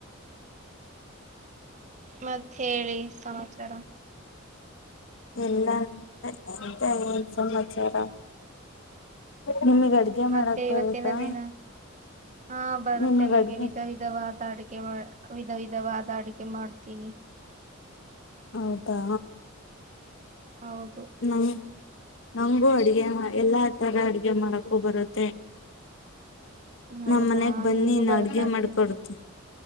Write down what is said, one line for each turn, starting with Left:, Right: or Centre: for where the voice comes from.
Right: ಮತ್ ಹೇಳಿ ಸಮಾಚಾರ
Left: ಎಲ್ಲ <unintelligible> ಸಮಾಚಾರ ನಿಮಗ್ ಅಡ್ಗೆ
Right: ಮತ್ತೆ
Left: ಮಾಡಕ್
Right: ಇವತ್ತಿನ
Left: ಬರುತ್ತಾ
Right: ದಿನ ಹಾ ಬರುತ್ತೆ
Left: ನಿಮಗ್
Right: ನಂಗೆ
Left: ಅಡ್ಗೆ
Right: ವಿಧ ವಿಧವಾದ ಅಡುಗ್ ಗೆ ಮಾಡ್ ವಿಧ ವಿಧವಾದ ಅಡಿಗೆ ಮಾಡ್ತೀನಿ
Left: ಹೌದಾ
Right: ಹೌದು
Left: ನಂಗ್ ನಂಗೂ ಅಡ್ಗೆ ಮಾ ಎಲ್ಲಾ ತರ ಅಡ್ಗೆ ಮಾಡಕ್ಕೂ ಬರುತ್ತೆ
Right: ಹೌದಾ
Left: ನಮ್ಮ್ ಮನ್ಯಾಗ್ ಬನ್ನಿ
Right: ನಿಮ್ಗೂ
Left: ನಾ
Right: ಬರುತ್ತ
Left: ಅಡ್ಗೆ
Right: ಅಡಿಗೆ
Left: ಮಾಡ್ಕೊಡ್ತಿನ್